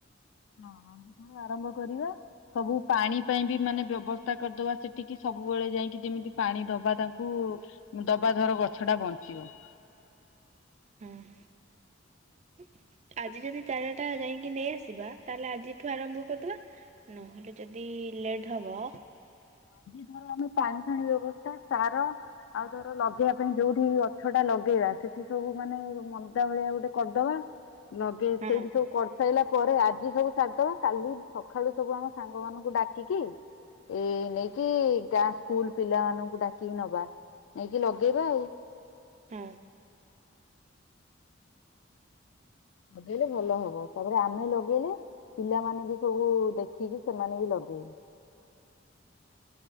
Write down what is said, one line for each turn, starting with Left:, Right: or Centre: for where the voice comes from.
Left: ହଁ ଆ-ଆରମ୍ଭ କରିବା ସବୁ ପାଣି ପାଇଁ ବି ମାନେ ବ୍ୟବସ୍ଥା କରିଦବା ସେଠିକି ସବୁ ସବୁବେଳେ ଯାଇକି ଯେମିତି ପାଣି ଦବା ତାଙ୍କୁ, ଦବା ଧର ଗଛଟା ବଞ୍ଚିବ। ହ <inaudible>
Right: ହୁଁ। ଆଜି ଯଦି ଚାରା ଟା ଯାଇକି ନେଇ ଆସିବା ତାହେଲେ ଆଜିଠୁ ଆରମ୍ଭ କରିଦବା ନହେଲେ ଯଦି ଲେଟ୍ ହବ
Left: <unintelligible> ଆମ ପାଣି ଫାଣି ବ୍ୟବସ୍ଥା ସାର ଆଉ ଧର ଲଗେଇବା ପାଇଁ ଯୋଉଠି ଗଛ ଟା ଲଗେଇବା ସେ ସେଠି ସବୁ ମାନେ ମନ୍ଦା ଭଳିଆ ଗୋଟେ କରିଦବା ଲଗେଇ
Right: ହଁ
Left: ସେଇଠୀ ସବୁ କରିସାରିଲା ପରେ ଆଜି ସବୁ ସାରିଦବା କାଲି ସକାଳୁ ସବୁ ଆମେ ସାଙ୍ଗମାନଙ୍କୁ ଡାକିକି ଏଇ ନେଇକି ଗାଁ ସ୍କୁଲ ପିଲାମାନଙ୍କୁ ଡାକିକି ନବା ନେଇକି ଲଗେଇବା ଆଉ।
Right: ହଁ।
Left: ଲଗେଇଲେ ଭଲ ହବ ତାପରେ ଆମେ ଲଗେଇଲେ ପିଲାମାନେ ବି ସବୁ ଦେଖିକି ସେମାନେ ବି ଲଗେଇବେ।